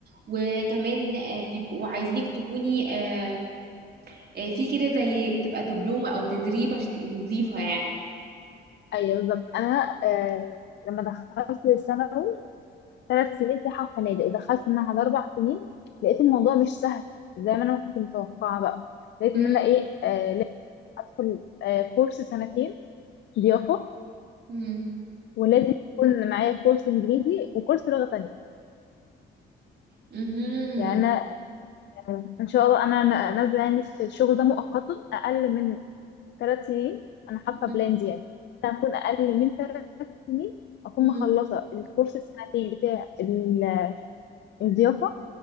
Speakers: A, on the right; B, on the left.
A: وكمان آه، بيبقوا عايزينك تكوني آم، آه، في كده زي بتبقى دبلومة او تدريب عشان تبقي مضيفة يعني
B: ايوه بالظبط انا آه لما دخلت الثانوي ثلاث سنين سياحة وفنادق ودخلت المعهد أربع سنين لقيت الموضوع مش سهل زي ما أنا ما كنت متوقعة بقى لقيت
A: امم
B: إن أنا إيه آه لازم أدخل آه كورس سنتين ضيافة
A: امم
B: ولازم يكون معايا كورس إنجليزي وكورس لغة تانية
A: مهم.
B: يعني أنا آه، إن شاء الله أنا ن- نازلة يعني الشغل ده مؤقتا أقل من ثلاث سنين أنا حاطة
A: مهم.
B: بلان دي يعني أنا أكون أقل من ثلاث سنين أكون
A: مهم.
B: مخلصة الكورس السنتين بتاع ال- الضيافة